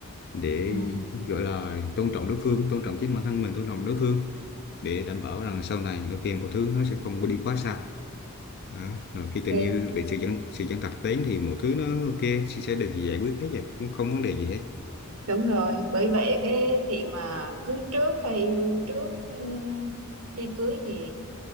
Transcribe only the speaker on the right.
ừ.
Thì
đúng rồi, bởi vậy cái chuyện mà cưới trước hay yêu trước ừm, khi cưới thì